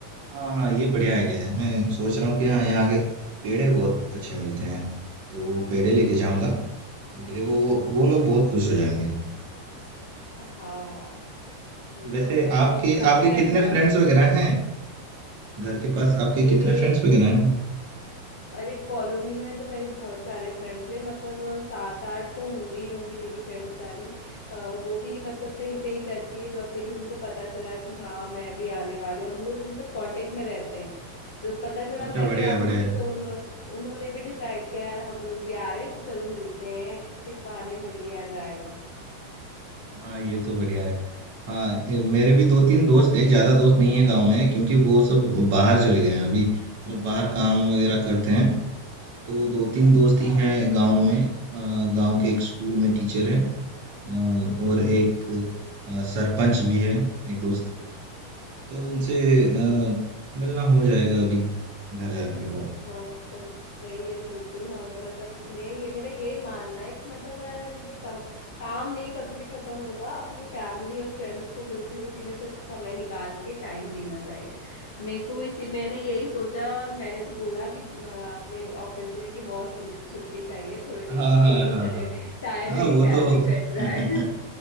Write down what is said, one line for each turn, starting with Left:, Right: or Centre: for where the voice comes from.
Right: हाँ हाँ ये बढ़िया आइडिया है मैं सोच रहा हूँ कि हाँ यहाँ के पेड़े बहुत अच्छे मिलते हैं तो वो पेड़े लेके जाऊंगा उनके लिए वो वो लोग बहुत खुश हो जाएंगे
Left: हाँ ये
Right: वैसे
Left: तो है
Right: आपके
Left: और काफी
Right: आपके
Left: टाइम
Right: कितने
Left: बाद
Right: फ्रेंड्स वगैरह हैं घर के पास आपके
Left: मेरे
Right: कितने फ्रेंड्स वगैरह हैं
Left: अरे कॉलोनी में तो मेरे बहुत सारे फ्रेंड्स हैं मतलब अ, सात आठ तो होंगे ही होंगी मेरी फ्रेंड्स सारी अ, वो भी मतलब कहीं कहीं करती है जॉब लेकिन उनको पता चला कि हाँ मैं भी आने वाले हूँ हम लोग मतलब कांटेक्ट में रहते हैं तो पता चला
Right: अच्छा
Left: मैं
Right: बढ़िया
Left: भी
Right: है
Left: आऊंगी
Right: बढ़िया है
Left: तो उन्हों, उन्होंने भी डिसाइड किया यार हम लोग भी आ रहे हैं तो चलो मिलते हैं इस बहाने मिल लिया जाएगा
Right: हाँ ये तो बढ़िया है हाँ ए, मेरे भी दो तीन दोस्त हैं ज्यादा दोस्त नहीं है गांव में क्योंकि वो सब बाहर चले गए हैं अभी मतलब बाहर काम वगैरह करते हैं तो दो तीन
Left: अच्छा
Right: दोस्त ही हैं गांव में अ, गांव के एक स्कूल में टीचर हैं अ,
Left: हम्म
Right: और एक अ, सरपंच भी है एक दोस्त तो उनसे अ, मिलना हो जाएगा अभी घर जाने के बाद
Left: वाह सही सही है बिल्कुल हमें मतलब मैं ये मेरा यही मानना है कि मतलब अ, सम, काम नहीं कभी भी खत्म होगा अपनी फैमिली और फ्रेंड्स को बिल्कुल उसी में से समय निकाल के टाइम देना चाहिए मेरे को इसी मैंने यही सोचा और मैंने तो बोला कि अ, अपने ऑफिस में कि बॉस मुझे तो छुट्टी चाहिए थोड़े दिन
Right: हाँ
Left: की
Right: हाँ
Left: दे दो
Right: हाँ
Left: चले
Right: हाँ
Left: चाहे
Right: हाँ
Left: मेरी
Right: वो
Left: सैलरी
Right: तो होगा।
Left: कट जाए
Right: <laughs>